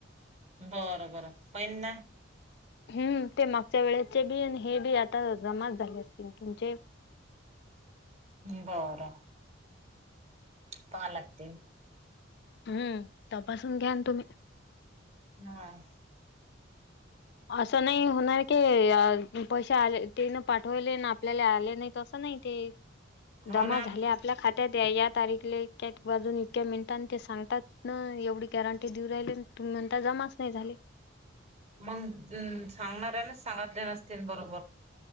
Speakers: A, on the right; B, on the left.
A: बरं. बरं. पहिना.
B: हम्म. ते मागच्या वेळेचे बी आणि हे बी आता जमाच झाले असतील तुमचे.
A: बरं. पाहालागते.
B: हम्म. तपासून घ्यान तुम्ही.
A: हम्म.
B: असं नाही होणार क पैसे आले ते न पाठवले आपल्याला आले नाही त असं नाही. ते जमा
A: हो ना
B: झाले आपल्या खात्यात या या तारीखला इक्या बाजून इतक्या मिनिटां ते सांगतात ना एवढी गॅरंटी देऊ राहिले तुम्ही म्हणता जमाच नाही झाली.
A: मग सांगणार ने सांगितले नसतील बरोबर.